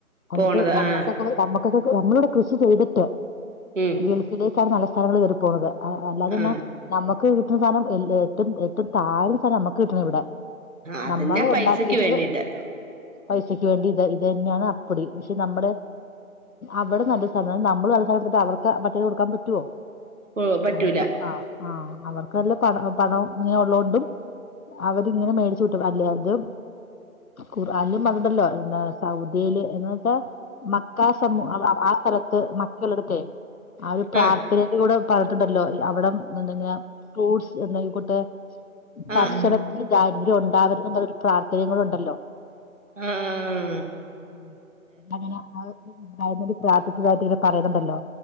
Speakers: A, on the left; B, on the right.
A: എന്നിട്ട്
B: പോണത്
A: നമ്മക്കൊക്കെ
B: ആഹ്
A: നമ്മക്കൊക്കെ നമ്മളിവടെ കൃഷി ചെയ്തിട്ട്
B: ഉം
A: ഗൽഫിലേക്കാണ് നല്ല സാനങ്ങള് കേറി പോണത് അ അല്ലാതെന്ന
B: ആഹ്
A: ഞമ്മക്ക് കിട്ടുന്ന സാനം ഏറ്റോം ഏററ്റോം താഴ്ന്ന സാനവാ നമ്മക്ക് കിട്ടണെ ഇവടെ
B: അതിന്റെ
A: നമ്മള്
B: പൈസക്ക്
A: ഒണ്ടാക്കിട്ട്
B: വേണ്ടിട്ട്
A: പൈസക്ക് വേണ്ടി ഇത് ഇത് തന്നെയാണ് അപ്പടി പക്ഷെ നമ്മുടെ അവടെ നല്ലൊരു <unintelligible> നമ്മള് നല്ല സാനത്ത്ട്ട് അവർക്ക് മറ്റേത് കൊടുക്കാൻ പറ്റുവോ
B: ഓ പറ്റൂല
A: അവർക്ക് ആ ആ അവർക്ക് നല്ല പണ പണം ഇങ്ങനെ ഉള്ളതുകൊണ്ടും അവരിങ്ങനെ മേടിച്ചു കൂട്ടും അല്ലെ അതും ഖുറാനിലും പറഞ്ഞ്ണ്ടല്ലോ <unintelligible> സൗദി യില് എന്ന വച്ചാ മക്കാ സമൂഹ ആ സ്ഥലത്ത് മക്കളട്ത്തെ ആ ഒരു പ്രാർത്ഥനയുടെ
B: ആഹ്
A: കൂടെ <unintelligible> ട്ടുണ്ടല്ലോ അവടെ എന്തങ്ങേ ഫ്രൂട്ട്സ് <unintelligible> പക്ഷണത്തിന്
B: ആഹ്
A: ദാരിദ്ര്യം ഒണ്ടാവരുത് എന്നൊരു പ്രാർത്ഥനേം കൂടെ ഒണ്ടല്ലോ
B: ആഹ്
A: ഉം അങ്ങനെ ആഹ് <unintelligible> പ്രാർത്ഥിച്ചതായിട്ട് ഇങ്ങനെ പറയുന്നുണ്ടല്ലോ